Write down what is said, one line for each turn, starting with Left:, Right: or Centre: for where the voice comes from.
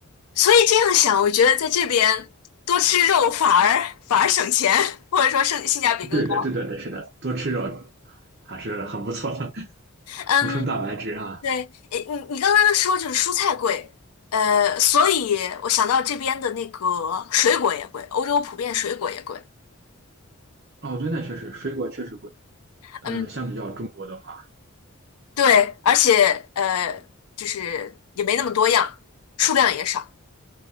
Left: 所以这样想，我觉得在这边多吃肉反而反而省钱，或者说性性价比更高。
Right: 的。对的，对的，对，是的，多吃肉还是很不错的，
Left: 嗯，
Right: 补充蛋白质啊。
Left: 对，诶，你你刚刚说就是蔬菜贵，呃，所以我想到这边的那个水果也贵，欧洲普遍水果也贵，
Right: 哦，对，那确实，水果确实贵。呃，
Left: 嗯，
Right: 相比较中国的话，
Left: 对，而且呃，就是也没那么多样，数量也少，